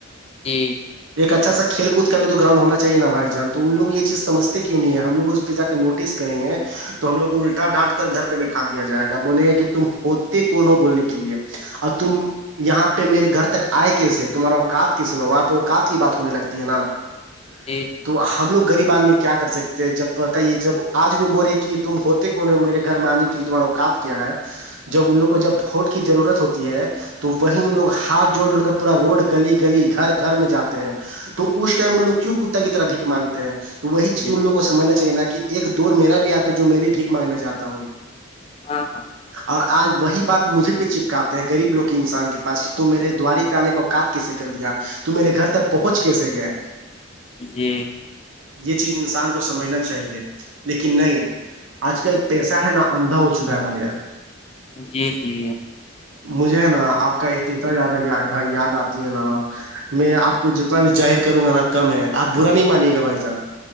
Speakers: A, on the left; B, on the right.
A: جی
B: ایک اچھا کھیل کود کا بھی تو گراؤن ہو چاہی نا بھائی جان تو ان لوگ یہ چیز سمھتے کیوں نہیں ہے ہم لگ جا کر نوٹس کریں گے تو ہم لوگ کو الٹا ڈانٹ کر گھر پہ بیٹھا دیا جائے گا بولیں گے کہ تم ہوتے کون ہو بولنے کے لیے اب تو یہاں پہ میرے گھر تک آئے کیسے تمہارا ا کاد کیس ہوا وہاں پہ ا کاد کی بات ہونے لگتی ہے نا <unintelligible>
A: جی
B: تو ہم لوگ غریب آدمی کیا کر سکتے ہیں جب بتائیے جب آج وہ بول رہے کہ تم ہو نے میرے گھر میں آنے کے لی دوبارہ اوقات کیا ہے جب ان لو کو جب وھوٹ کی ضرورت ہوتی ہے تو وہیں وہ لوگ ہاتھ جوڑ جوڑ کر پورا روڈ گلی گلی گھر گھر میں جاتے ہیں تو اس ٹائم ان لوگ کیوں کتا کی طرحھ مانتے ہیں <unintelligible> تو وہی
A: جی
B: چیز ان لوگ کو سمجھنا چاہیے نا کہ ایک دور میرا بھی آتا جو میں بھیھیک مانگنے جاتا ہوں
A: ہاں ہاں <inaudible>
B: اور آج وہی بات مجھے پہ چپکاتے ہیں گغریب لوگ انسان کے پس تو میرے دووار پہ آنے کاقات کیسے کر دیا تو میرے گھر تک پہنچ کیسے گئے <unintelligible>
A: جی
B: یہ چیز انسان کو سمجھنا چاہیے لیکن نہیں آج کل پیسہ ہے نا اندھا ہو چکا ہے بھائی جان
A: جی جی
B: مجھے ہے نا آپ کا ا اتنا زیادہ یا بھائی یاد آتی ہے نا میں آپ کو جتنا بھی ظاہر کروں گا نا کم ہے آپ برا نہیں مانیے گا بھائی جان